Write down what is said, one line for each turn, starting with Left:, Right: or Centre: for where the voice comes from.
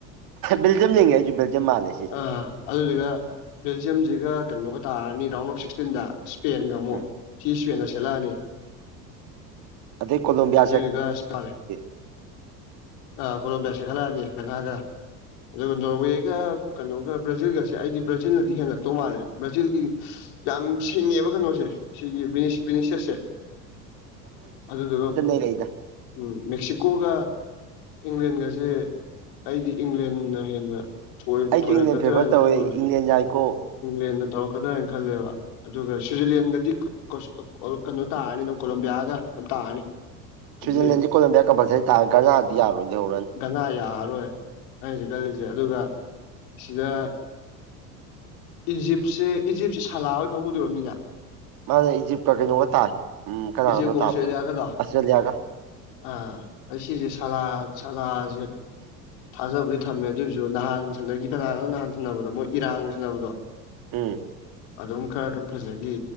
Right: ꯕꯦꯜꯖꯤꯌꯝ ꯂꯤꯡꯉꯦ ꯑꯩꯁꯨ ꯕꯦꯜꯖꯤꯌꯝ ꯃꯥꯜꯂꯦ ꯁꯤ
Left: ꯑ ꯑꯗꯨꯗꯨꯒ ꯕꯦꯜꯖꯤꯌꯝꯖꯤꯒ ꯀꯩꯅꯣꯒ ꯇꯥꯔꯅꯤ ꯔꯥꯎꯟ ꯑꯣꯐ ꯁꯤꯛꯁꯇꯤꯟꯗ ꯁꯄꯦꯟꯒ ꯑꯃꯨꯛ
Right: ꯎꯝ
Left: ꯁꯤ ꯏꯁꯄꯦꯟꯅ ꯁꯦꯠꯂꯛꯑꯅꯤ
Right: ꯑꯗꯩ ꯀꯣꯝꯕ ꯕꯤꯌꯥ
Left: <unintelligible>
Right: <inaudible>
Left: ꯑ ꯀꯣꯂꫭꯝꯕꯤꯌꯥ ꯆꯦꯡꯈꯠꯂꯛꯑꯅꯤ ꯅꯈꯥꯏꯒ ꯑꯗꯨꯒ ꯅꯣꯔꯋꯦꯒ ꯀꯩꯅꯣꯒ ꯕ꯭ꯔꯥꯖꯤꯜꯒꯁꯦ ꯑꯩꯗꯤ ꯕ꯭ꯔꯥꯖꯤꯜꯅꯗꯤ ꯍꯦꯟꯅ ꯇꯣꯡ ꯃꯥꯥꯜꯂꯦ ꯕ꯭ꯔꯥꯖꯤꯜꯒꯤ ꯌꯥꯝ ꯁꯤꯡꯉꯦꯕ ꯀꯩꯅꯣꯁꯦ ꯁꯤꯒꯤ ꯕꯤꯅꯤꯁ ꯕꯤꯅꯤꯁꯤꯌꯁꯁꯦ ꯑꯗꯨꯗꯨꯒ
Right: ꯑꯩꯂꯩꯗ
Left: ꯎꯝ ꯃꯦꯛꯁꯤꯀꯣꯒ ꯏꯪꯂꯦꯟꯒꯁꯦ ꯑꯩꯗꯤ ꯏꯪꯂꯦꯟꯅ ꯍꯦꯟꯅ ꯊꯣꯏ
Right: ꯑꯩꯁꯨ
Left: ꯊꯣꯏꯔꯛꯀꯗꫭꯏꯔꯥ
Right: ꯏꯪꯂꯦꯟ ꯐꯦꯚꯔ
Left: ꯍꯥꯏꯅ
Right: ꯇꯧꯋꯦ
Left: ꯈꯟꯕꯝꯂꯩ
Right: ꯏꯪꯂꯦꯟ ꯌꯥꯏꯀꯣ
Left: ꯏꯪꯂꯦꯟꯅ ꯇꯧꯔꯛꯀꯗ꯭ꯔꯥ ꯍꯥꯏꯅ ꯈꯜꯂꯦꯕ ꯑꯗꯨꯒ ꯁ꯭ꯋꯤꯖꯔꯂꯦꯟꯒꯗꯤ ꯀꫭꯁ ꯀꯩꯅꯣ ꯇꯥꯔꯅꯤ ꯑꯗꯨꯝ ꯀꯣꯂꯣꯕꯤꯌꯥꯒ ꯑꯗꯨꯝ ꯇꯥꯔꯅꯤ
Right: ꯁ꯭ꯋꯤꯖꯔꯂꯦꯟꯗꯤ
Left: ꯑꯗꯨꯗꯤ
Right: ꯀꫭꯂꯝꯕꯤꯌꯥ ꯀꯝꯄꯜꯁꯔꯤ ꯇꯥꯟꯅꯤ ꯒꯟꯅꯥꯗꯤ ꯌꯥꯔꯣꯏ ꯂꯩꯍꯧꯔꯅꯤ
Left: ꯒꯅꯥ ꯌꯥꯔꯔꯣꯏ ꯑꯩ ꯍꯖꯤꯛ ꯈꯜꯂꯤꯁꯦ ꯑꯗꯨꯒ ꯁꯤꯗ ꯏꯖꯤꯞꯁꯦ ꯏꯖꯤꯞꯁꯦ ꯁꯥꯜꯂꯥꯍꫭꯏ ꯀꯥꯡꯕꯨꯗꯣ ꯑꯣꯏꯔꯝꯅꯤꯅꯦ
Right: ꯃꯥꯅꯦ ꯏꯖꯤꯞꯀ ꯀꯩꯅꯣꯒ ꯇꯥꯏ ꯎꯝ ꯀꯅꯥꯒꯅꯣ
Left: ꯏꯖꯤꯞꯀ ꯑꯣꯁꯇ꯭ꯔꯦꯂꯤꯌꯥꯒꯗꯣ
Right: ꯇꯥꯕꯗꯣ ꯑꯁꯇ꯭ꯔꯦꯂꯤꯌꯥꯒ
Left: ꯑꯥ ꯑꯥ ꯁꯤꯁꯦ ꯁꯂꯥ ꯁꯂꯥꯥꯖ‌ꯦ ꯊꯥꯖꯕꯨꯗꯤ ꯊꯝꯃꯦ ꯑꯗꯨꯑꯣꯏꯖꯨ ꯅꯍꯥꯟ ꯁꯥꯟꯅꯒꯤ ꯀꯅꯥꯒꯅꫭ ꯅꯍꯥꯟ ꯁꯥꯟꯅꯕꯗꯣ ꯃꯣꯏ ꯏꯔꯥꯟꯒ ꯁꯥꯟꯅꯕꯗꯣ
Right: ꯎꯝ
Left: ꯑꯗꯨꯝ ꯈꯔ ꯑꯗꯨꯝ ꯐꯖꯒꯤ